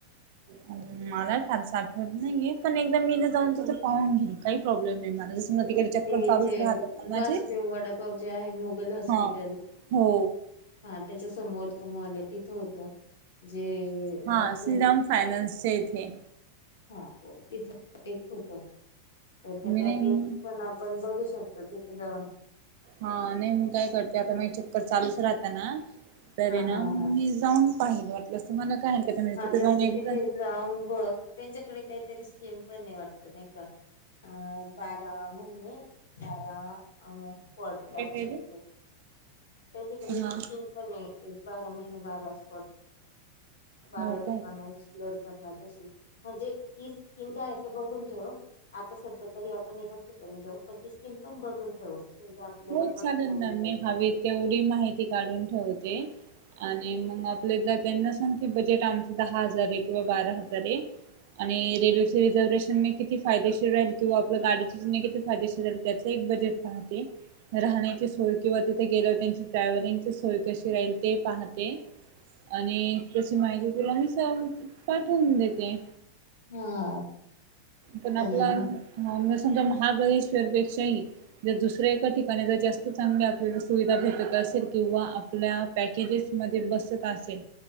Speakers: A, on the right; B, on the left.
A: हम् मला फार साठवत नाहीये पण एकदा मीनं जाऊन तिथ पाहून घेन काही प्रॉब्लेम नाही मला तिकडे चक्कर
B: ते
A: चालूच
B: जे
A: राहतात म्हणजे
B: वासुदेव वडापाव जे आहे मोगल हॉस्पिटल
A: हा हो
B: हा त्याच्या समोर तो मॉल आहे तिथं होत जे
A: हा
B: तू
A: श्रीराम फायनान्सच्या इथे
B: हा तिथ एक होत तर
A: मी
B: पॅकेज
A: नाही
B: पण आपण बघू शकत तिथे जाऊन
A: हा नाही मी काय करते आता म चक्कर चालूच राहत ना त
B: हा
A: ना
B: हा
A: मग
B: हा
A: मी जाऊन पाहिलं वाटलं अस मला काय हरकत म्हणजे
B: हा
A: तिथे
B: तर
A: जाऊन
B: तू
A: एकदा
B: तिथे जाऊन बघ त्यांच्याकडे काहीतरी स्कीम पण नाही वाटत नाही का अ बारा महिने घार स्पट
A: काय पाहिजे?
B: त्यांच्याकडे स्न
A: हा
B: पण आहे एक बारा महिने बारा स्पॉट बारा
A: हो
B: ठिकाण
A: काय
B: एक्सप्लोर त म्हणजे ती स्कीिम काय आहे ते बघून ठेव आता सध्या तरी आपण एका सिकम ठेऊ पण ती स्कीम पण बघून ठेवू म्हणजे आपल्याला
A: हो
B: पसनली
A: चालेल ना
B: जायचंय
A: मी हवी तेवढी माहिती काढून ठेवते आणि मग आपले जर त्यांना सांगते बजेट आमचं दहा हजारे किंवा बारा हजारे आणि रेल्वेचे रिझर्वेशनने किती फायदेशीर राहील किंवा आपल्या गाडी चीनीगीदे फायदेशीर त्यचे बजेट पाहते राहण्याची सोय किंवा तिथे गेल्यावर त्यांची ट्रॅव्हलिंगची सोय कशी राहील ते पाहते आणि तशी माहिती दील्या नुसार पाठवून देते
B: हा
A: पण
B: चालेल
A: आपला
B: मग
A: च म्हामस महाबळेश्वरपेक्षाही जर दुसऱ्या एका ठिकाणी जर जास्त चांगली आपल्या सुविधा भेटतर सर किंवा आपल्या पॅकेजेस मध्ये बसत असेल